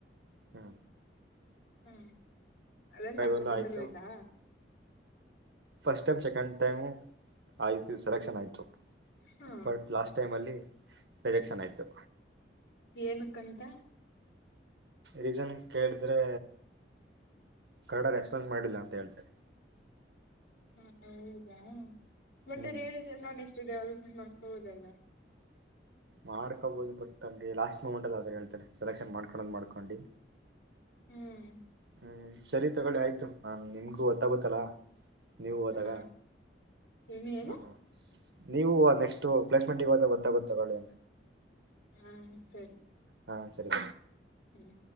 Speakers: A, on the right (about 70°); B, on the left (about 65°).
A: ಹಾಂ
B: ಹ್ಮ್ ಅದಲ್ಲಿ ಲಾಸ್ಟ್
A: ಎಲ್ಲ
B: ಅಟೆಂಎಲ್ಲ
A: ಆಯ್ತು
B: ಹೋಯ್ತಾ
A: ಫಸ್ಟ್ ಟೈಮ್ ಸೆಕೆಂಡ್ ಟೈಮ್ ಆಯ್ತು ಸೆಲೆಕ್ಷನ್ ಆಯ್ತು
B: ಹಾ
A: ಬಟ್ ಲಾಸ್ಟ್ ಟೈಮ್ ಅಲ್ಲಿ ರಿಜೆಕ್ಷನ್ ಆಯ್ತು
B: ಏನ ಕಂತ
A: ರೀಸನ್ ಕೇಳಿದ್ರೆ ಕರಡ ರೆಸ್ಪಾನ್ಸ್ ಮಾಡಿಲ್ಲ ಅಂತ ಹೇಳ್ತಾರೆ
B: ಹ ಹೌದಾ ಮಟ್ಟ
A: ಹ್ಮ್
B: ಹೇಳ್ರ ನಾ ನೆಕ್ಸ್ ಅಷ್ಟು ಡೆವಲಪ್ಮೆಂಟ್ ಮಾಡ್ಕೋಬೋುದಲ್ಲ
A: ಮಾಡ್ಕೋಬೋದು ಬಟ್ ಹಾಗೆ ಲಾಸ್ಟ್ ಮೂಮೆಂಟ್ ಅಲ್ಲಿರೂ ಹೇಳ್ತಾರೆ ಸೆಲೆಕ್ಷನ್ ಮಾಡ್ಕೊಂಡಂದ್ ಮಾಡ್ಕೊಂಡು
B: ಹ್ಮ್
A: ಹ್ಮ್ ಸರಿ ತಗೊಳ್ಳ ಆಯ್ತು ನಾನ್ ನಿಮ್ಗೂ ಗೊತ್ತಾಗುತ್ತಲ್ಲಾ ನೀವು ಹೋದಾಗ
B: ಹಾ ನು ಏನು
A: ಹ ನೀವು ನೆಕ್ಸ್ಟ್ ಪ್ಲೇಸ್ಮೆಂಟ್ಗ ಗೊತ್ತಾಗ ಗೊತ್ತಳಿ ಅ
B: ಹಾ ಸರಿ
A: ಹಾ ಸರಿ
B: ಹ್ಮ